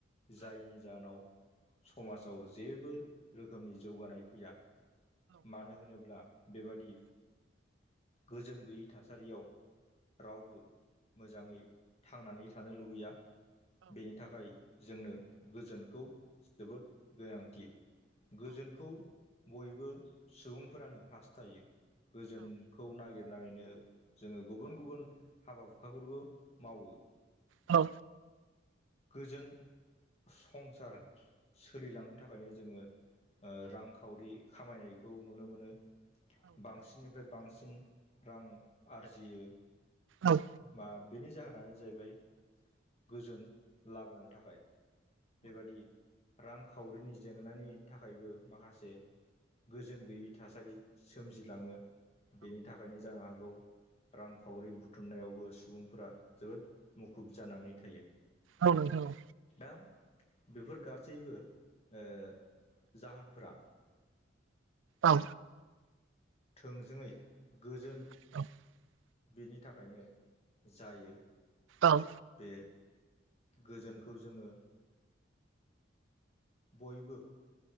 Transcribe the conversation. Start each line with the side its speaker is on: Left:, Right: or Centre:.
Left: जायनि जाहोनाव समाजाव जेबो रोखोमनि जौगानाय फैया। मानो होनोब्ला बेबादि गोजोन गैयै थासारियाव रावबो मोजाङै थांनानै थानो लुबैया बेनि थाखाय जोंनो गोजोनखौ जोबोद गोनांथि गोजोनखौ बयबो सुबुंफोरानो हास्थायो गोजोनखौ खौ नागिरनानैनो जोङो गुबुन गुबुन हाबा हुखाफोरबो मावो।
Right: औ।
Left: गोजोन संसार सोलिलांनो थाखायनो जोङो रांखावरि खामायनायखौ नुनो मोनो। बांसिननिफ्राय बांसिन रां आरजियो।
Right: औ।
Left: मा बेनि जाहोनानो जाहैबाय गोजोन लाबोनो थाखाय। बेबादि रांखावरिनि जेंनानि थाखायबो माखासे गोजोन गैयै थासारि सोमजिलाङो। बेनि थाखायनो जानो हागौ रांखावरि बुथ थुमनायावबो सुबुंफोरा जोबोद मुखुब जानानै थायो।
Right: औ नोंथां औ।
Left: दा बेफोर गासैबो ओ जाहोनफोरा
Right: औ।
Left: थोंजोङै गोजोन
Right: <unintelligible>
Left: बिनि थाखायनो जायो।
Right: औ।
Left: बे गोजोनखौ जोङो बयबो